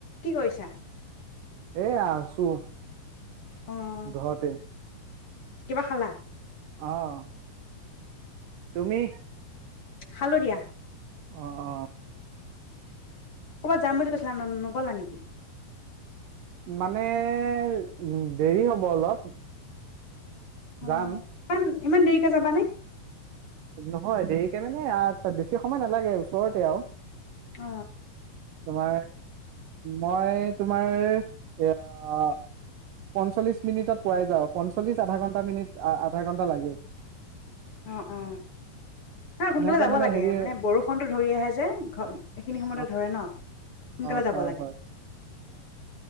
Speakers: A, on the left; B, on the right.
A: কি কৰিছা
B: এইয়া আছোঁ
A: অ',
B: ঘৰতে
A: কিবা খালা
B: আহ তুমি
A: খালো দিয়া
B: অ অ
A: ক'ৰবাত যাম বুলি ক নগ'লা নেকি
B: মানে উ দেৰি হ'ব অলপ
A: অ',
B: যাম
A: ইমান ইমান দেৰিকে যাবানে
B: নহয় দেৰিকে মানে তাত বেছি সময় নালাগে ওচৰতে আৰু
A: অ
B: তোমাৰ মই তোমাৰ এয়া পঞ্চল্লিছ মিনিটত পোৱা যায় পঞ্চল্লিছ আধা ঘণ্টা মিনিট আধা ঘণ্টা লাগে
A: অ অ না সোনকালে
B: এনেকে
A: যাব লাগে
B: হেৰি
A: মানে বৰষুণটো ধৰি আহে যে এইখিনি সময়তে
B: অ
A: ধৰে ন সোনকালে
B: অ
A: যাব
B: হয়
A: লাগে
B: হয়